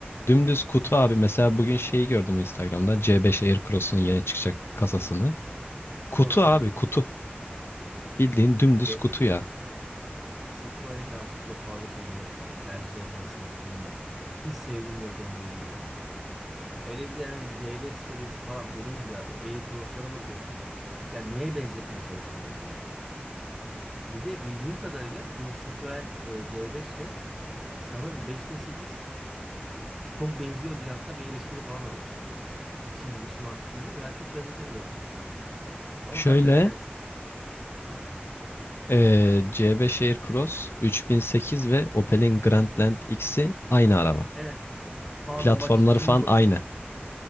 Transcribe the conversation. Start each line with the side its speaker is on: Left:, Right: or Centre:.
Left: Dümdüz kutu abi mesela bugün şeyi gördüm Instagram'da C5 Aircross'un yeni çıkacak kasasını. Kutu
Centre: yok aynen.
Left: abi kutu. Bildiğin dümdüz
Centre: Yani CRT
Left: kutu ya.
Centre: Citroen'e karşı çok fazla şeyim yok yani. Tercihlerim arasında hiç bulunmuyor. Hiç sevdiğim bir otomobil değil yani. Hele bir de yani CB serisi falan dediğim gibi ya, o Air Cross'lara bakıyorsun. Ya neye benzetmeye çalıştın mesela bunu? Bir de bildiğim kadarıyla bu Citroen e, C5 ile sanırım 5008 çok benziyor diye hatta bir eleştiri falan almıştı. İçim dışım artık bilmiyorum da ben çok benzetemedim açıkçası onu. Ama
Left: Şöyle
Centre: zaten yani Cit- Heh,
Left: eee, C5 Aircross 3008 ve Opel'in Grandland X'i aynı araba.
Centre: evet pardon
Left: Platformları
Centre: bak şimdi, şimdi
Left: falan
Centre: oldu.
Left: aynı.